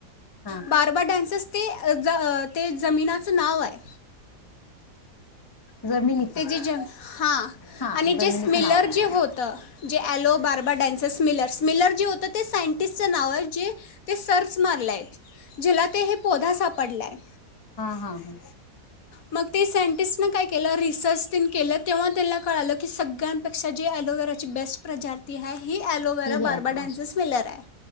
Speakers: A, on the left; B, on the left.
A: हां
B: बार्बा डॅन्सस ते ते जमीनाचं नाव आहे.
A: जमिनीचं
B: ते जे जे हा
A: हां
B: आणि
A: जमिनीचं
B: जे स्मिलर
A: नाव आहे
B: जे होतं जे ॲलो बार्बा डॅन्सस स्मिलर मिलर जे होतं ते सायंटिस्टचं नाव आहे, जे ते सर्च मारलं आहे. जेला ते हे पौधा सापडलाय.
A: हा हा हा.
B: मग ते सायंटिस्ट न काय केलं री सर्च तेन केलं तेव्हा त्याला कळालं की सगळ्यांपेक्षा जी अलोवेराची बेस्ट प्रजाती आहे. ही अलोवेरा
A: ती हे
B: बार्बा
A: हां
B: डॅन्सस मिलर आहे,